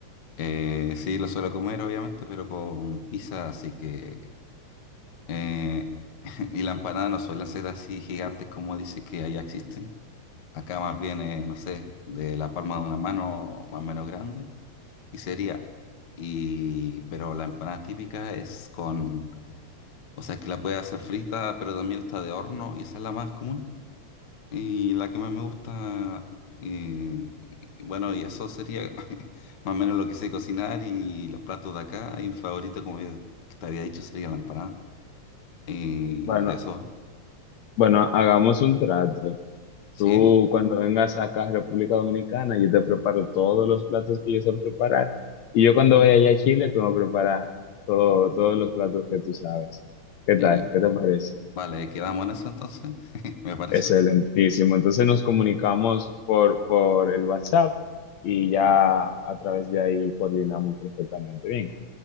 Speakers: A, on the left; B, on the left.
A: eh, sí lo suelo comer obviamente, pero con pizza, así que eh, <laughs> y la empanada no suelen ser así gigantes como dice que allá existen. Acá más bien, eh, no sé, de la palma de una mano más o menos grande y sería y pero la empanada típica es con, o sea, que la puede hacer frita, pero también está de horno y esa es la más común. Y la que más me gusta, eh, bueno, y eso sería <laughs> más o menos lo que sé cocinar y los platos de acá. Y mi favorito, como ya- que te había dicho, sería la empanada. Y
B: Bueno,
A: de eso,
B: Bueno, hagamos un trato.
A: ¿sí?
B: Tú cuando vengas acá a República Dominicana, yo te preparo todos los platos que yo sé preparar. Y yo cuando vaya allá a Chile, tú me preparas todo- todos los platos que tú sabes. ¿Qué
A: Y-
B: tal? ¿Qué te parece?
A: vale, quedamos en eso entonces, <laughs> me parece.
B: Excelentísimo. Entonces nos comunicamos por, por el WhatsApp y ya a través de ahí coordinamos perfectamente bien.